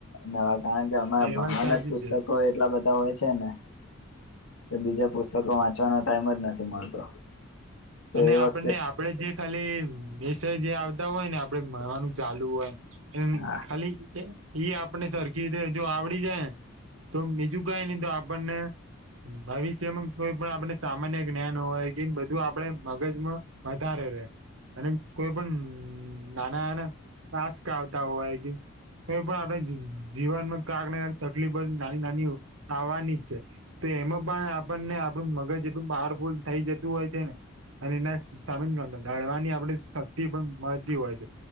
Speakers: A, on the left (about 75°); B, on the right (about 70°).
A: નવા કારણ કે અમારા
B: હા એ
A: ભણાવાના
B: વાત સાચી
A: જ પુસ્તકો
B: છે
A: એટલા બધા હોય છે ને કે બીજા પુસ્તકો વાંચવાનો ટાઈમ જ નથી મળતો તો
B: અને
A: એ
B: આપણને
A: વખતે
B: આપડે જે ખાલી વિષય જે આવતા હોય ને આપડે ભણવાનું ચાલુ હોય એ
A: હા
B: ખાલી એ આપણે સરખી રીતે જો આવડી જાય તો બીજું કઈ નહી તો આપણને ભવિષ્યમાં કોઈ પણ આપણે સામાન્ય જ્ઞાન હોય કે બધું આપણે મગજમાં વધારે રે. અને કોઈ પણ નાના નાના ટાસ્ક આવતા હોય કે કો પણ આપણે ઝી જીવનમાં કાક ને કાક તકલીફ જ નાની નાની આવવાની જ છે ત એમાં પણ આપણને આપણું મગજ એટલું પાવરફુલ થઈ જતું હોય છે ને અને એના સામે નડ નડવાની આપણે શક્તિ પણ મળતી હોય છે.